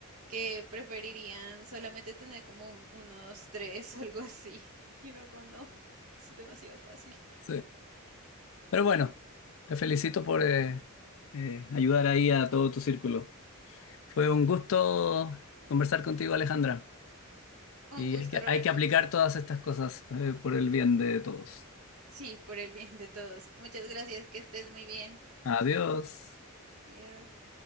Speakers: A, on the right; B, on the left.
A: que preferirían solamente tener como un uno 2 3, <laughs> o algo así. Y uno como, no, es demasiado fácil.
B: Sí. Pero bueno, te felicito por eh, eh, ayudar ahí a todo tu círculo. Fue un gusto conversar contigo, Alejandra.
A: Un
B: Y
A: gusto,
B: hay que,
A: Roberto.
B: hay que aplicar todas estas cosas eh, por el bien de todos.
A: Sí, por el bien de todos. Muchas gracias, que estés muy bien.
B: Adiós.
A: Adiós.